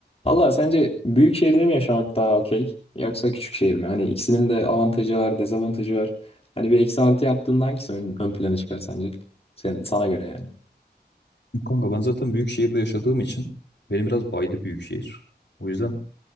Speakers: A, on the left (about 35°); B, on the left (about 80°).
A: Valla sence büyük şehirde mi yaşamak daha okey yoksa küçük şehir mi? Hani ikisinin de avantajı var, dezavantajı var. Hani bir eksi artı yaptığında hangisi ön, ön plana çıkar sence? Sen, sana göre yani.
B: Kanka ben zaten büyük şehirde yaşadığım için benim biraz baydı büyük şehir. O yüzden